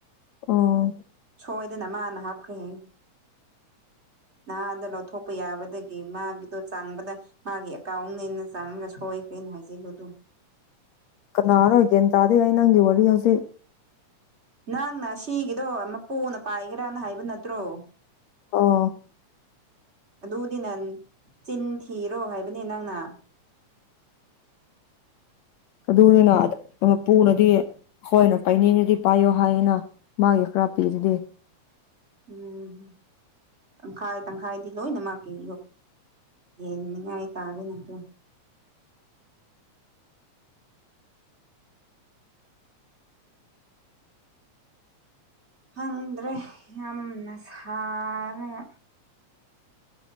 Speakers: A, on the left; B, on the right.
A: ꯑꫭ
B: ꯁꯣꯏꯗꯅ ꯃꯥꯅ ꯍꯥꯞꯈ꯭ꯔꯦ ꯍꯥꯏ
A: INAUDIBLE
B: ꯅꯍꯥꯟꯗ ꯂꯧꯊꯣꯛꯄ ꯌꯥꯕꯗꯒꯤ ꯃꯥꯒꯤꯗꯣ ꯆꯥꯡꯕꯗ ꯃꯥꯒꯤ ꯑꯦꯀꯥꯎꯟꯅꯦꯅ ꯆꯥꯡꯉꯒ ꯁꯣꯏꯈꯥꯔꯦꯅ ꯍꯥꯏꯖꯤꯜꯂꯨ ꯑꯗꯨꯝ
A: ꯀꯅꯥꯔ ꯒꯤꯌꯥꯟ ꯇꯥꯗꯦ ꯑꯩ ꯅꯪꯒꯤ ꯋꯥꯔꯤ ꯍꯧꯖꯤꯛ
B: ꯅꯪꯅ ꯁꯤꯒꯤꯗꯣ ꯃꯄꯨꯅ ꯄꯥꯏꯒꯦꯔꯥꯅ ꯍꯥꯏꯕ ꯅꯠꯇ꯭ꯔꯣ
A: ꯑꫭ
B: ꯑꯗꯨꯗꯤ ꯅꯪ ꯆꯤꯟ ꯊꯤꯔꯣ ꯍꯥꯏꯕꯅꯤ ꯅꯪꯅ
A: ꯑꯗꯨꯅꯤꯅ ꯄꯨꯅꯗꯤ ꯑꯈꯣꯏꯅ ꯄꯥꯏꯅꯤꯡꯂꯗꯤ ꯄꯥꯏꯌꯣ ꯍꯥꯏꯌꯦꯅ ꯃꯥꯒꯤ ꯈꯔ ꯄꯤꯔꯗꯤ
B: ꯎꯝ ꯇꯪꯈꯥꯏ ꯇꯪꯈꯥꯏꯗꯤ ꯂꯣꯏꯅꯃꯛꯀꯤ ꯌꯦꯟꯅꯤꯡꯉꯥꯏ ꯇꯥꯔꯦꯅꯩ ꯑꯗꯨ ꯈꯪꯗ꯭ꯔꯦ ꯌꯥꯝꯅ ꯁꯥꯔꯒ